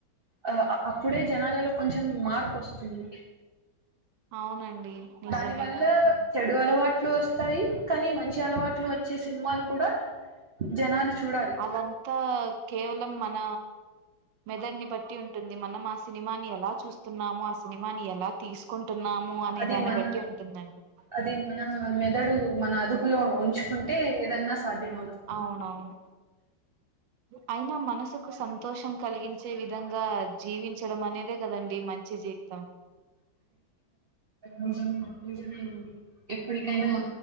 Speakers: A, on the right; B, on the right.
A: ఆ అ అప్పుడే జనాలలో కొంచెం మారపొస్తుంది
B: అవునండి నిజమే
A: దాని వల్లా చెడు అలవాట్లు వస్తాయి కానీ మంచి అలవాట్లు వచ్చే సినిమాలు కూడా జనాలు చూడాలి
B: అదంతా కేవలం మన మెదడ్ని బట్టి ఉంటుంది మనం ఆ సినిమాని ఎలా చూస్తున్నామో ఆ సినిమాని ఎలా తీసుకున్ టున్నాము అనే
A: అది
B: దాన్ని
A: మన
B: బట్టి ఉంటుందండి
A: అది మన మెదడు మన అదుపులో ఉంచుకుంటే ఏదన్నా సాధ్యం అవుతుంది
B: అవునవును అయినా మనసుకు సంతోషం కలిగించే విధంగా జీవించడం అనేది కదండి మంచి జీవితం
A: నిజమే నిజమేనండి ఎప్పటికైనా